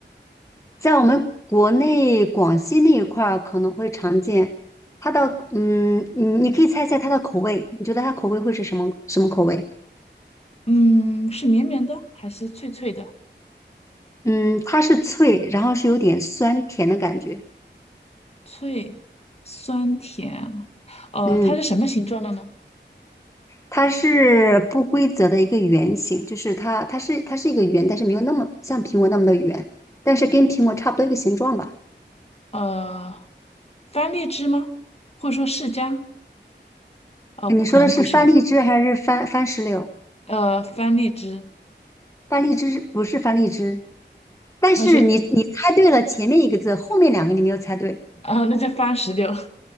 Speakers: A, on the left; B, on the left.
A: 在我们国内广西那一块儿可能会常见。它的，嗯，你你可以猜猜它的口味，你觉得它口味会是什么什么口味？
B: 嗯，是绵绵的还是脆脆的？
A: 嗯，它是脆，然后是有点酸甜的感觉。
B: 脆，酸甜，呃，
A: 嗯，
B: 它是什么形状的呢？
A: 它是不规则的一个圆形，就是它，它是它是一个圆，但是没有那么像苹果那么的圆，但是跟苹果差不多一个形状吧。
B: 呃，番荔枝吗？或者说释迦？呃，
A: 你说的是番荔枝还是番番石榴？
B: 可能不是，呃，番荔枝，
A: 番荔枝不是番荔枝，但是你你猜对了前面一个字，
B: 那是
A: 后面两个你没有猜对，
B: 啊、呃那叫番石榴。<laughs>